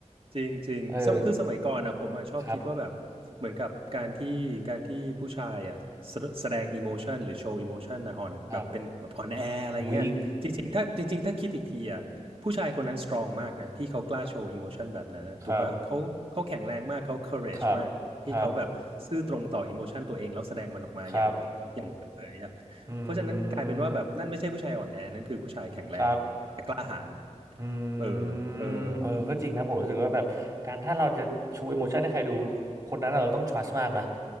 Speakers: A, on the right; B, on the right.
A: จริงจริงสมคือสมัยก่อนนะผมอ่ะชอบคิดว่าแบบเหมือนกับการที่การที่ผู้ชายอ่ะแสแสดงอิโมชันหรือโชว์อิโมชันนะอ่อนแบบเป็นแบบอ่อนแออะไรเงี้ยจริงๆถ้าจริงๆถ้าคิดอีกทีอ่ะผู้ชายคนนั้นสตรองมากนะที่เขากล้าโชว์อิโมชันแบบนั้นนะถูกป่ะเขาเขาแข็งแรงมากเขา
B: เออครับครับวีคครับ
A: courage
B: ครับครับ
A: มากที่เขาแบบซื่อตรงต่ออิโมชันตัวเองแล้วแสดงมันออกมาอย่างอย่างเปิดเผยอ่ะ
B: ครับอืม
A: เพราะฉะนั้นกลายเป็นว่าแบบนั่นไม่ใช่ผู้ชายอ่อนแอนั่นคือผู้ชายแข็งแรงแต่กล้าหาญ
B: ครับอื
A: เออ
B: ม
A: เออ
B: เออก็จริงนะผมรู้สึกว่าแบบการถ้าเราจะชู
A: มันมันมัน
B: e m o t i o n ให้ใครดูคนนั้นอะเราต้อง trust มากนะ